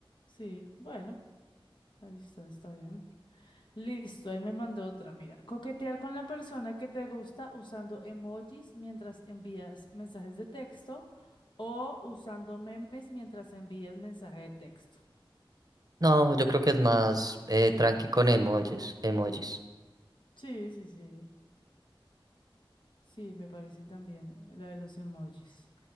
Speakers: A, on the left; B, on the right.
A: Sí, bueno, ahí está, está bien. Listo, ahí me mandó otra. Mira, coquetear con la persona que te gusta usando emojis mientras envías mensajes de texto o usando memes mientras envías mensaje de texto.
B: No, yo creo que es más eh, tranqui con emojis, emojis.
A: Sí, sí, sí. Sí, me parece también la de los emojis.